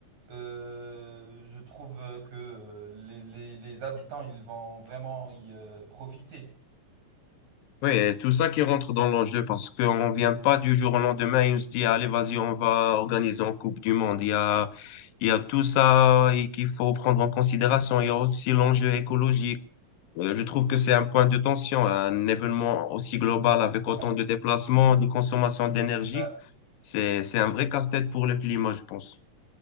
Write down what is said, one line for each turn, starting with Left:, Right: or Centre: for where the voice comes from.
Right: Euh, je trouve euh, que euh, les, les- les habitants, ils vont vraiment y euh, profiter.
Left: Oui, et tout ça qui rentre dans l'enjeu parce qu'on ne vient pas du jour au lendemain et on se dit, allez, vas-y, on va organiser une Coupe du Monde. Il y a, il y a tout ça et qu'il faut prendre en considération. Il y a aussi l'enjeu écologique. Euh, Je trouve que c'est un point de tension, un événement aussi global avec
Right: <laughs>
Left: autant de déplacements, de consommation d'énergie.
Right: Euh,
Left: C'est, c'est un vrai casse-tête pour le climat, je pense.